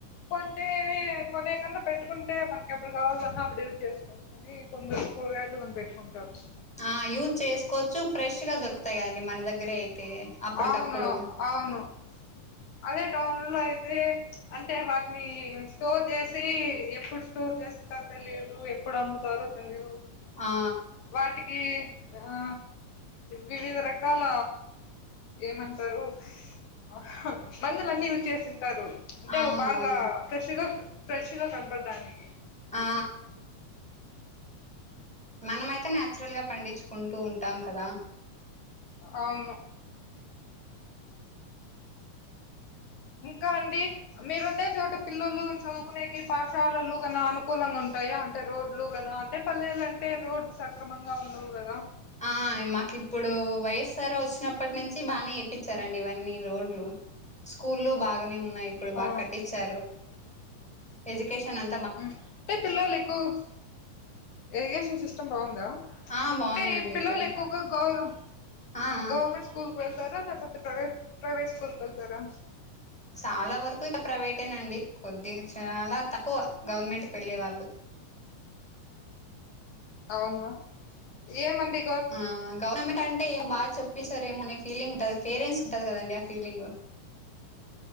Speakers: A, on the left (about 65°); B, in the centre.
A: కొంటే కొనే కన్నా పెట్టుకుంటే మనకి ఎప్పుడు కావాలన్నా అప్పుడు చేసుకోని కొందరు కూరగాయలు కూడా పెట్టుకుంటారు
B: ఆ యూజ్ చేసుకోచ్చు ఫ్రెష్ గా దొరుకుతాయి కదండి మన దగ్గరే అప్పటికప్పుడు
A: అవును అవును అదే టౌన్లలో అయితే అంటే వాటిని స్టోర్ చేసి ఎప్పుడు స్టోర్ చేస్తారో ఆ తెలియదు ఎప్పుడు అమ్ముతారో తెలిదు
B: ఆ
A: వాటికి ఆ వివిధ రకాల ఏమంటారు ఆహ్ మందులు అన్ని వచ్చేసి ఉంటారు అంటే
B: అవునవును
A: అవి బాగా ఫ్రెష్గా ఫ్రెష్గా కనపడడానికి
B: ఆ మనమైతే నచురల్ గా పండించుకుంటూ ఉంటాం కదా
A: అవును ఆ ఇంకా అండి మీరుండే చోటు పిల్లలు చదువుకునేకి పాఠశాలలు గణాలు అనుకూలంగా ఉంటాయా అంటే పల్లెలు అంటే రోడ్లు సక్రమంగా ఉండవు కదా
B: అయ్ మాకు ఇప్పుడు వైయస్ఆర్ వచ్చినప్పటి నుంచి బాగానే వేపిచరండి ఇవన్నీ రోడ్లు స్కూలు బాగానే ఉన్నాయి ఇప్పుడు బాగా
A: ఆ
B: కట్టించారు ఎడ్యుకేషన్ అంతా బాగుంది
A: అంటే పిల్లలు ఎక్కువ మంది ఉంటారు కదా ఎడ్యుకేషన్ సిస్టమ్ బాగుందా
B: ఆ బాగుందండి
A: అంటే పిల్లలు
B: ఇప్పుడు
A: ఎక్కువగా గవర్నమెంట్
B: ఆ ఆ
A: స్కూళ్ల స్కూల్ వెళ్తారా లేకపోతే ప్రైవేట్ స్కూల్ కి వెళ్తారా
B: చాలా వరకు ఇక ప్రైవేటేనాండి కొద్దిగా చాలా తక్కువ గవర్నమెంట్ కి వెళ్ళే వాళ్ళు
A: అవునా ఏమంటె
B: ఆ గవర్నమెంట్ అంటే ఏం బాగా చోపిస్తారేమో అనే ఫీలింగ్ ఉంటది పేరెంట్స్ కి ఉంటది కదండి ఆ ఫీలింగ్